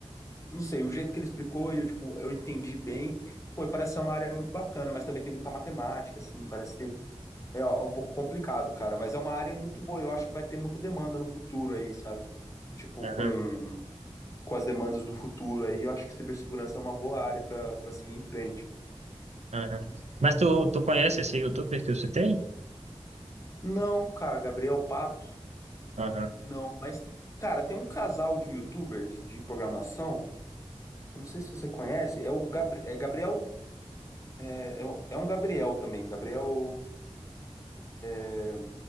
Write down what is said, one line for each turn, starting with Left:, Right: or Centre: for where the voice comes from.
Left: não sei, o jeito que ele explicou e eu, tipo, eu entendi bem. Pô, e parece ser uma área muito bacana, mas também tem muita matemática, assim, parece ter. É ó, um pouco complicado, cara, mas é uma área muito boa. Eu acho que vai ter muita demanda no futuro aí, sabe? Tipo,
Right: Aham,
Left: com, com as demandas do futuro aí, eu acho que cibersegurança é uma boa área pra para seguir em frente.
Right: aham. Mas tu, tu conhece esse youtuber que eu citei?
Left: Não, cara, Gabriel Pato,
Right: Aham.
Left: não. Mas, cara, tem um casal de YouTubers de programação, eu não sei se você conhece, é o Gab- é Gabriel. É, é, um- é um Gabriel também, Gabriel. É